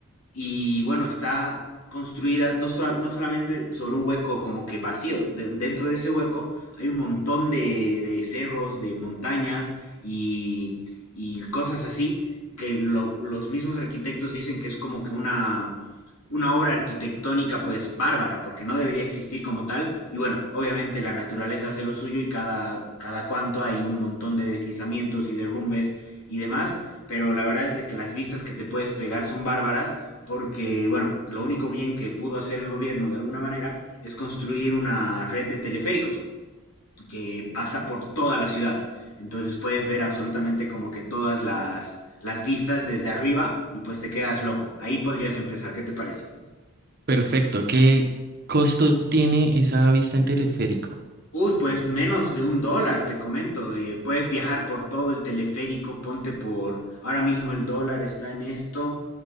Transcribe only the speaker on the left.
y bueno, está construida no, sola- no solamente sobre un hueco como que vacío, de- dentro de ese hueco hay un montón de, de cerros, de montañas y, y cosas así, que lo- los mismos arquitectos dicen que es como que una, una obra arquitectónica pues bárbara, porque no debería existir como tal. Y bueno, obviamente la naturaleza hace lo suyo y cada, cada cuanto hay un montón de deslizamientos y derrumbes y demás, pero la verdad es de que las vistas que te puedes pegar son bárbaras porque, bueno, lo único bien que pudo hacer el gobierno de alguna manera es construir una red de teleféricos que pasa por toda la ciudad. Entonces puedes ver absolutamente como que todas las, las vistas desde arriba y pues te quedas loco. Ahí podrías empezar, ¿qué te parece?
Uy, pues menos de un dólar, te comento. eh, puedes viajar por todo el teleférico, ponte por... Ahora mismo el dólar está en esto,